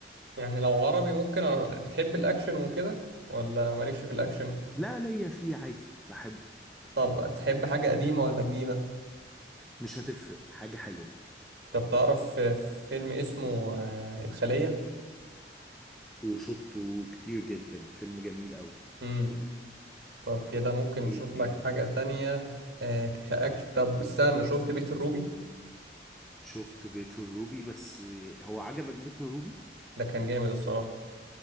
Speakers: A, on the right; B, in the centre.
A: يعني لو عربي ممكن أر... بتحب الاكشن وكده ولا مالكش في الاكشن
B: لا ليا فيه عادي بحبه
A: طب تحب حاجه قديمه ولا جديده
B: مش هتفرق حاجة حلوة
A: طب تعرف آه، فيلم اسمه آه الخليه
B: وشفته كتير جدا فيلم جميل قوي
A: مم. طب كده ممكن
B: ايه
A: نشوف
B: تاني
A: لك حاجة تانية آه كأكشن
B: اه
A: طب استنى شفت بيت الروبي
B: شفت بيت الروبي بس هو عجبك بيت الروبي
A: ده كان جامد الصراحة